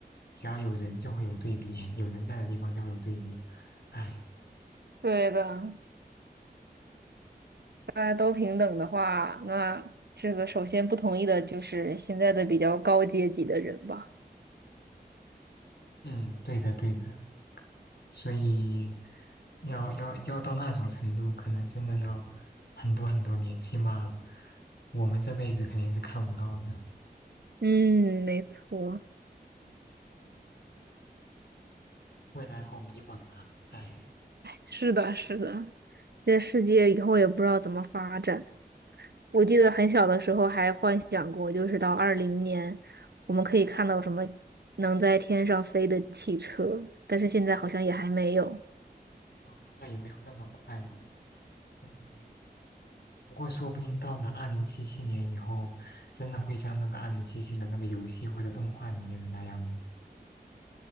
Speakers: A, on the left; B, on the right.
A: 只要有人就会有对比，<laughs> 有人在的地方就会有对比。哎，
B: <laughs> 对的，大家都平等的话，那这个首先不同意的就是现在的比较高阶级的人吧。
A: 嗯，对的，对的，所以要要要到那种程度，可能真的要很多很多年，起码我们这辈子肯定是看不到的。
B: 嗯，没错，
A: 未来好迷茫啊，哎，
B: 是的，是的，这世界以后也不知道怎么发展。我记得很小的时候还幻想过，就是到二零年，我们可以看到什么能在天上飞的汽车，但是现在好像也还没有。
A: 哦那也没有那么快吧，嗯。不过说不定到了二零七七年以后，真的会像那个二零七七的那个游戏或者动画里面的那样呢。